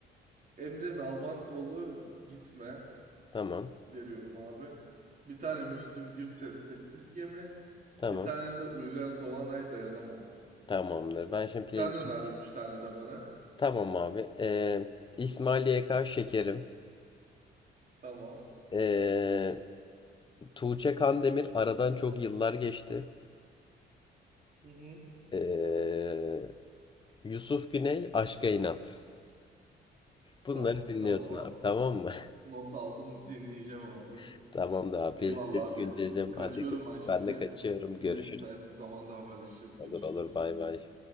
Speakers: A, on the right; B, on the left.
A: Emre Nalbantoğlu gitme
B: Tamam.
A: veriyorum abi. Bir tane Müslüm Gürses Sessiz Gemi.
B: Tamam.
A: Bir tane de Uygar Doğanay Dayanamam.
B: Tamamdır. Ben şimdi playlistim.
A: Sen öner üç tane de bana.
B: Tamam abi. E, İsmail YK Şekerim.
A: Tamam.
B: E, Tuğçe Kandemir aradan çok yıllar geçti.
A: Hı hı.
B: E, Yusuf Güney Aşka İnat. Bunları
A: Tamam,
B: dinliyorsun
A: tamam abi.
B: abi tamam mı?
A: Not aldım, dinleyeceğim abi.
B: <laughs> Tamamdır abi.
A: Eyvallah
B: Seni güncelleyeceğim.
A: abi. Kaçıyorum
B: Hadi
A: ben şimdi.
B: ben de kaçıyorum.
A: Yine
B: Görüşürüz.
A: müsait bir zamanda haberleşiriz,
B: Olur
A: görüşürüz.
B: olur bay
A: Bay bay.
B: bay.